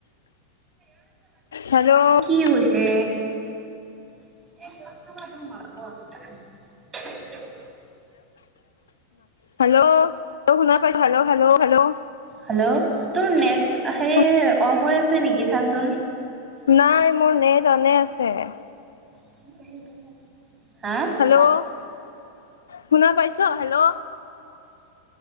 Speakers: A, on the left (about 80°); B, on the right (about 35°).
A: হেল্ল'
B: কি হৈছে। এই কাষৰ মানুহ হয় কোৱা?
A: হেল্ল' শুনা পাইছা নে? হেল্ল' হেল্ল' হেল্ল'
B: হেল্ল' তোৰ নেট সেই
A: শু।।
B: <unintelligible> নেকি চাচোন।
A: নাই মোৰ নেট অনে আছে। সেইয়া।
B: <inaudible> হা।। <inaudible> <unintelligible>
A: হেল্ল' শুনা পাইছ হেল্ল'